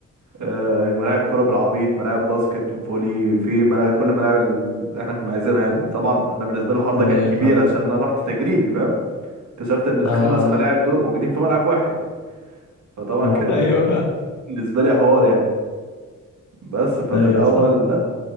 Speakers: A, on the right (about 70°); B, on the left (about 75°).
A: آه، ملاعب كرة بالعبيط ملاعب باسكت وفولي في ملاعب كل ملاعب اللي احنا كنا عايزينها يعني طبعا انا بالنسبة لي الحوار ده
B: أيوه
A: كان كبير
B: فاهم
A: عشان انا رحت تجريبي فاهم اكتشفت ان الخمس
B: آه
A: ملاعب دول موجودين في ملعب واحد فطبعا
B: <laughs>
A: كان بالنس-
B: أيوه
A: بالنسبة لي حوار يعني بس ففي
B: أيوه
A: الاول
B: صح